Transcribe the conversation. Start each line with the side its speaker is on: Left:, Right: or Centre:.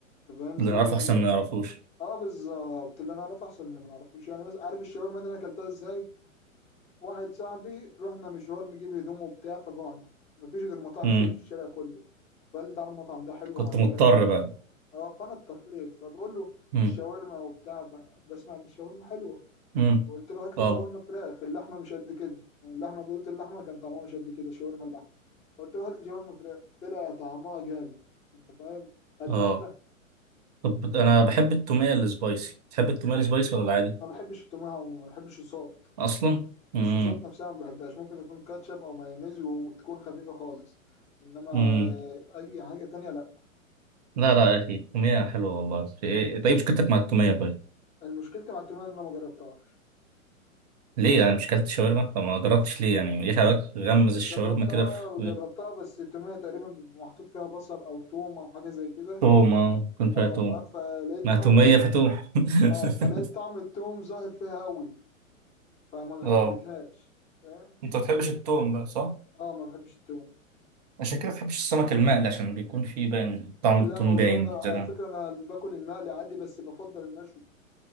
Left: انت فاهم
Right: اللي
Left: لدرجه
Right: نعرفه احسن
Left: ان
Right: من اللي نعرفوش
Left: اه بالظبط اللي انا اعرفه احسن من اللي ما اعرفوش يعني مثلا عارف الشاورما دي انا اكلتها ازاي واحد صاحبي رحنا مشوار نجيب هدوم وبتاع فجوعنا مفيش غير مطاعم
Right: امم
Left: سوري في الشارع كله فقال لي تعالى المطعم ده حلو
Right: كنت
Left: هاكلك
Right: مضطر
Left: اكله
Right: بقى
Left: اه فانا اضطريت فبقول له
Right: امم
Left: الشاورما وبتاع فبسمع ان الشاورما حلوه
Right: امم
Left: فقلت له هات لي
Right: اه
Left: شاورما فراخ اللحمه مش قد كده يعني اللحمه دوت اللحمه كان طعمها مش قد كده شاورما اللحمه فقلت له هات لي شاورما فراخ طلع طعمها جامد انت فاهم ادمنتها
Right: اه طب انا بحب التوميه السبايسي تحب التوميه أنا السبايسي ولا العادي
Left: ما بحبش التومه عموما ما بحبش الصوت
Right: اصلا امم
Left: الصوصات نفسها ما بحبهاش ممكن يكون كاتشب او مايونيز وتكون خفيفه خالص انما
Right: امم
Left: اي حاجه تانية لا
Right: لا لا يا اخي التوميه حلوه والله في إيه؟ طيب مشكلتك مع التوميه طيب
Left: المشكلة مع التوميه ان انا ما جربتهاش
Right: ليه انا مش كلت شاورما فما جربتش ليه يعني ليه حضرتك تغمز الشاورما
Left: جربتها
Right: كده في
Left: جربتها بس التوميه تقريبا بيبقى محطوط فيها بصل او توم او حاجه زي كده
Right: توم اه يكون فيها
Left: اه
Right: توم
Left: ف- فلقيت
Right: مع
Left: طعم
Right: توميه
Left: ال...
Right: فتوم
Left: اه
Right: <laughs>
Left: فلقيت طعم التوم ظاهر فيها قوي فما حبيتهاش
Right: واو
Left: فاهم
Right: انت ما بتحبش التوم بقى صح
Left: اه ما بحبش التوم
Right: عشان كده ما بتحبش السمك المقلي عشان بيكون فيه باين طعم
Left: لا
Right: التوم
Left: والله
Right: باين
Left: انا على
Right: كده
Left: فكره انا باكل المقلي عادي بس بفضل المشوي